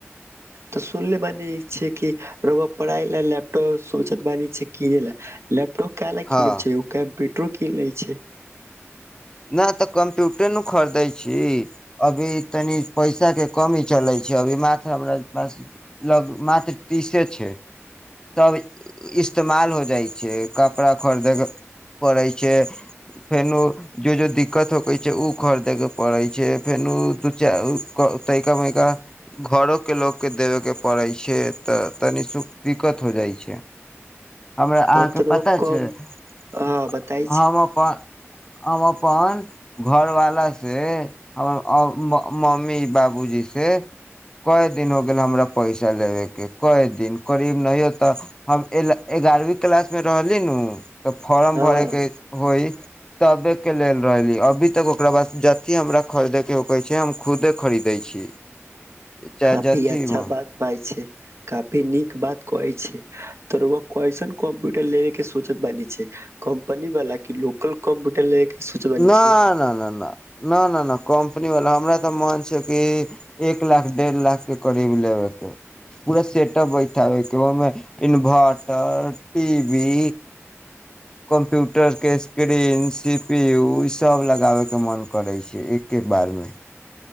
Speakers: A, on the right (about 65°); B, on the left (about 15°).
A: तऽ सुनले बानी छै कि रउआ पढ़ाइ लए लैपटॉप सोचत बानी छै किनै लए लैपटॉप कल की
B: हँ
A: नेम छै कम्प टोकी लै छै
B: नहि तऽ कम्प्यूटर नु खरीदै छी अभी तनी पैसा के कमी चलै छै अभी मात्र हमरा पास लग मात्र तीसे छै तब इस्तेमाल हो जाइ छै कपड़ा खरीदे के पड़ै छै छै फेनु जो जो दिक्कत होकेै छै ओ खरीदयके पड़ै छै फेनु ओ दू चार तयिका मयका घरोके लोकके देबेके पड़ै छै तऽ तनि सुख दिक्कत हो जाइ छै हमरा अहाँके
A: आ तोरवा
B: पता
A: कम
B: छैय हम
A: हाँ बताई छै
B: अपन हम अपन घर वाला से से हमर मम्मी बाबूजी से कय दिन हो गेल हमरा पैसा लेबे के कय दिन करीब नहि हो तऽ हम एगारहवीं क्लास मे रहली न तऽ फॉर्म
A: हाँ
B: भरे के होइ तबेके लेल रहली अभी तक ओकरा बाद जते हमरा खरीदैके होय छैय हम खुदे खरीदै छी। चाहे
A: काफी
B: जथी
A: अच्छा
B: न
A: बात भाय छैय। काफी नीक बात कहै छैय तऽ रवा कइसन कम्प्यूटर लेेबे के सोचत बानै छैय कम्पनी वाला की लोकल कम्प्यूटर ले के सोचत बानी
B: न
A: छै
B: न न ना न न न ना कम कम्पनीवला हमरा तऽ मन छैय कि एक लाख डेढ़ लाख के करीब लेबेके पूरा सेटप बैठाबैके ओमे इन्भर्टर टी वी कम्प्यूटर के स्क्रीन सिफ पेउ ई सब लगाबे के मन करै छैय एके बार मे